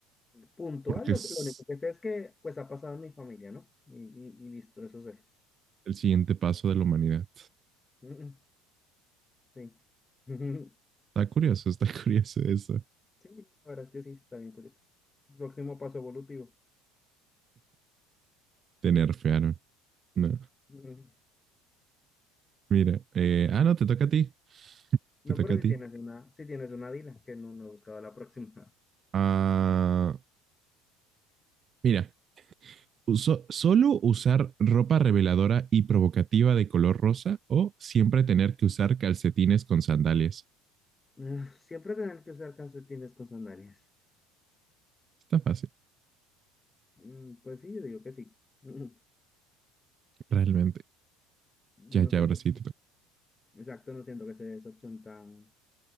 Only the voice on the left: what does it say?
puntual.
Lo,
lo único que sé es que, pues, ha pasado en mi familia, ¿no? Y, y, y listo, eso sé.
Mm, mm, sí. <laughs>
Sí, la verdad es que sí, está bien curioso. Próximo paso evolutivo.
Mm.
No,
pero
si
tienes una, si tienes una Dila, que no, no he buscado la próxima. <laughs>
Ah, siempre tener que usar calcetines con sandalias.
Mm, pues sí, yo digo que sí. <laughs>
No
siento,
exacto, no siento que sea esa opción tan,